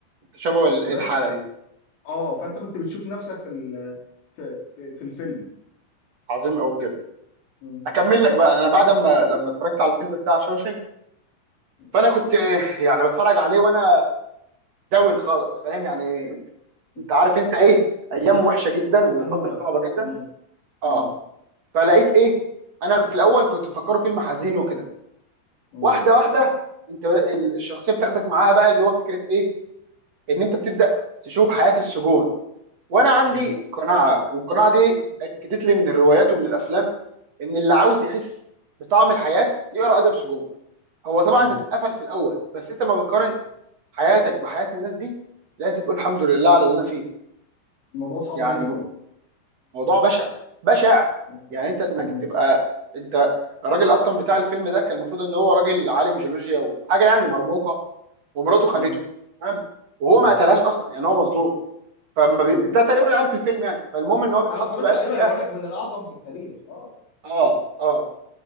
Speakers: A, on the right; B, on the left.
A: تشابه ال-
B: بس
A: الحاله
B: ف...
A: دي
B: اه فأنت كنت بتشوف نفسك في ال... في في, في الفيلم
A: عظيم قوي بجد
B: م-
A: اكمل لك بقى انا بعد ما لما اتفرجت على الفيلم بتاع شوشنك
B: م-
A: فانا كنت يعني بتفرج عليه وانا داون خالص فاهم يعني
B: م.
A: انت عارف انت ايه ايام وحشه جدا
B: الطاقة
A: وفتره
B: منهوبة
A: صعبه جدا
B: م-
A: اه
B: م-
A: فلقيت ايه انا في الاول كنت مفكره فيلم حزين وكده
B: م-
A: واحده واحده انت ال- الشخصيه بتاخدك معاها بقى اللي هو فكره ايه ان انت بتبدا تشوف حياه السجون وانا عندي
B: م-
A: قناعه والقناعه دي اتاكدت لي من الروايات ومن الافلام ان اللي عاوز يحس بطعم الحياه يقرا ادب سجون هو طبعا
B: م-
A: انت بتتقفل في الاول بس انت ما بتقارن
B: م.
A: حياتك بحياه الناس دي لا انت تقول الحمد لله على اللي انا فيه
B: الموضوع صعب
A: يعني
B: جدا
A: موضوع بشع بشع
B: مم.
A: يعني انت انك
B: مم.
A: تبقى انت الراجل اصلا بتاع الفيلم ده كان المفروض ان هو راجل عالم جيولوجيا وحاجه يعني مرموقه ومراته خانته
B: مم.
A: تمام وهو ما
B: مم.
A: قتلهاش اصلا يعني هو مظلوم فما بي...
B: مم.
A: انت تقريبا عارف الفيلم يعني فالمهم ان هو بيتحط
B: انا اتفرجت
A: بقى
B: عليه
A: في بيئه
B: ما انا بقول لك من الاعظم في التاريخ اه
A: اه اه